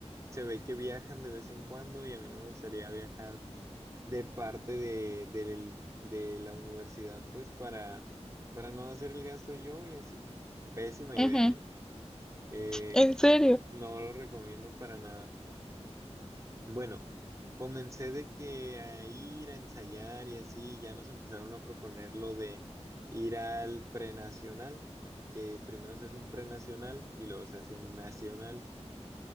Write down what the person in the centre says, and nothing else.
Ujú.
¿En serio?